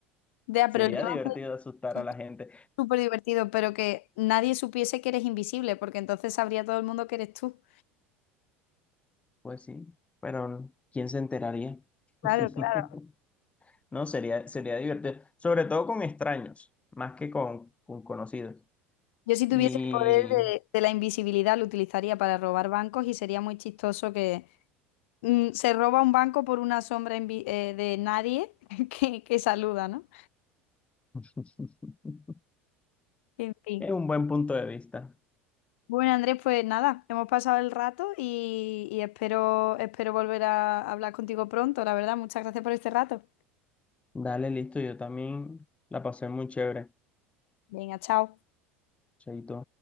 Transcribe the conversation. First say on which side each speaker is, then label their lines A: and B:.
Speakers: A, on the left; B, on the left.
A: ya,
B: Sería
A: pero el tema
B: divertido
A: es
B: asustar a
A: es
B: la gente.
A: súper divertido, pero que nadie supiese que eres invisible, porque entonces sabría todo el mundo que eres tú.
B: Pues sí, pero ¿quién se enteraría?
A: Claro,
B: <laughs>
A: claro.
B: No, sería, sería divertido. Sobre todo con extraños, más que con, con conocidos.
A: Yo si
B: Y
A: tuviese el poder de, de la invisibilidad lo utilizaría para robar bancos y sería muy chistoso que mm, se roba un banco por una sombra invi- eh, de nadie <laughs> que, que saluda, ¿no?
B: <laughs>
A: En fin.
B: es un buen punto de vista.
A: Bueno, Andrés, pues nada, hemos pasado el rato y, y espero, espero volver a hablar contigo pronto, la verdad. Muchas gracias por este rato.
B: Dale, listo. Yo también la pasé muy chévere.
A: Venga, chao.
B: Chaito.